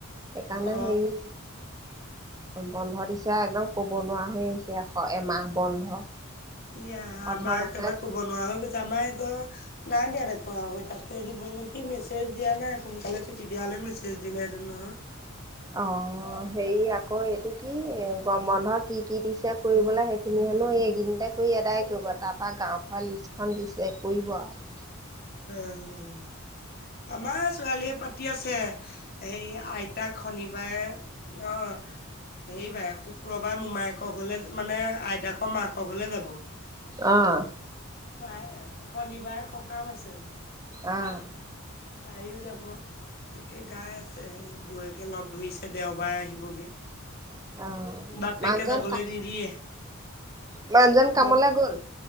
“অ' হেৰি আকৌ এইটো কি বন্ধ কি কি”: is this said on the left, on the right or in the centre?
Right